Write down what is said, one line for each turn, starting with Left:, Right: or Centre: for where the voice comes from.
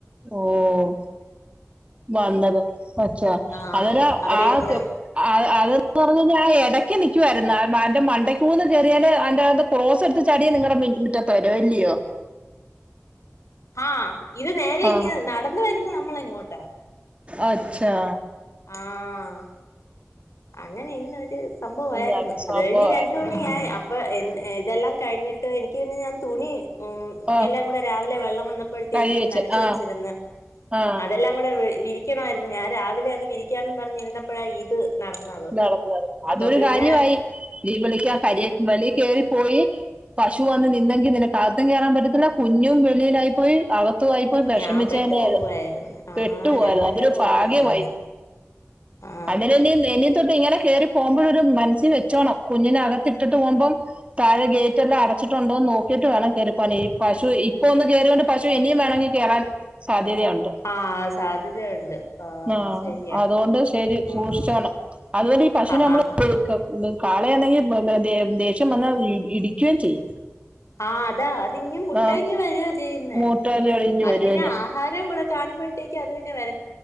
Right: ഓഹ് വന്നത് ഒച്ച
Left: ആഹ്
Right: അവന്
Left: അവരെയും
Right: ആദ്യ
Left: കൂടെ
Right: ആഹ് അത് അതന്ന് പറഞ്ഞ് കഴിഞ്ഞാ ആ ഇടക്ക് നിക്കുകയായിരുന്നു അന്റെ മണ്ടയ്ക്കൂന്ന് കേറിയിട്ട് അയ്ന്റെ ക്രോസ് എടുത്ത് ചാടിയ നിങ്ങളുടെ മിൻമുറ്റത്ത വരു ഇല്ലയോ
Left: ആഹ് ഇത് നേരെ
Right: ആ
Left: ഇങ്ങനെ നടന്ന് വരുന്നത് നമ്മളെ ഇങ്ങോട്ടാ
Right: അച്ചാ
Left: ആഹ് അങ്ങനെ ഇന്നൊരു സംഭവായിരുന്നു
Right: ഇതാണ്
Left: അത്
Right: സംഭവം
Left: കഴിഞ്ഞ് രണ്ട് മണിയായി അപ് അപ്പൊ എൻ ഇതെല്ലാം കഴിഞ്ഞിട്ട് എനിക്ക് പിന്നെ ഞാൻ തുണി ഉം
Right: ആ
Left: എല്ലാം കൂടെ രാവിലെ വെള്ളം വന്നപ്പോഴത്തേക്കും
Right: കഴി വെച്ച്
Left: നനച്ച്
Right: ആ
Left: വെച്ചിരുന്ന്
Right: ആ
Left: അതെല്ലാം കൂടെ വിരി വിരിക്കണമായിരുന്നു ഞാൻ രാവിലെ അത് വിരിക്കാന്നും പറഞ്ഞിരുന്നപ്പോഴാ ഇത് നടന്നത്
Right: നടന്നത്
Left: അപ്പൊ
Right: അതൊരു
Left: പിന്നെ
Right: കാര്യമായി നീ വിളക്കാൻ ആഹ് കരിയ മേളി കയറിപ്പോയി പശു വന്ന് നിന്നെങ്കി നിനക്ക് അകത്തും കയറാൻ പറ്റത്തില്ല കുഞ്ഞും വെളിയിലായി പോയി അക ത്തും ആയിപ്പോയി വിഷമിച്ചനെ
Left: ഞാൻ പെട്ടു പോവായിരുന്നു
Right: അത്
Left: ആ
Right: പെട്ടു പോയിരുന്നു
Left: ഞാൻ പെട്ടു
Right: അതൊരു
Left: പോവായിരുന്നു
Right: ഭാഗ്യമായി
Left: ആ
Right: അതിന് മുന്നേ നീ ഇട്ട് ഇങ്ങനെ കേറി പോകുമ്പോഴിത് മനസ്സിൽ വെച്ചോണം കുഞ്ഞിനെ അകത്ത് ഇട്ടിട്ട് പോകുമ്പം താഴെേ ഗെയിറ്റ് എല്ലാം അടച്ചിട്ടുണ്ടോ എന്ന് നോക്കിട്ട് വേണം കേറി പോവാൻ ഈ പശു ഇപ്പൊ ഒന്ന് കേറി പശു ഇനിയും വേണമെങ്കി കേറാൻ സാധ്യതയുണ്ട്
Left: ആ സാധ്യതയുണ്ട് ആ
Right: ആഹ്
Left: അത് ശരിയാ
Right: അതുകൊണ്ട് ശരി
Left: ആ
Right: സൂക്ഷിച്ചോണം അതുകൊണ്ട് ഈ പശുന
Left: ആ
Right: നമ്മ
Left: ആ
Right: കാളയാണെങ്കിൽ ദേഷ്യം വന്നാൽ ഇടിക്കുകയും ചെയ്യും
Left: ആഹ് അതാ അത്ങ്ങങ് മുട്ട
Right: ആഹ്
Left: ഇങ്ങങ് വരു ചെയ്യുന്നേ
Right: മൂട്ടലൊടിഞ്ഞ്
Left: അത്
Right: വരുവഞ്ഞ്
Left: പിന്നെ ആഹാരവും കൂടെ കാണുമ്പോഴത്തേക്ക് അത് പിന്നെ വര